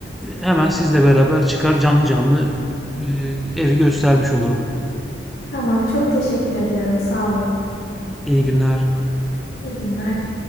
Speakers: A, in the centre; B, on the left.
A: hemen sizle beraber çıkar canlı canlı e, evi göstermiş olurum.
B: Tamam, çok teşekkür ediyorum. Sağ olun.
A: İyi günler.
B: İyi günler.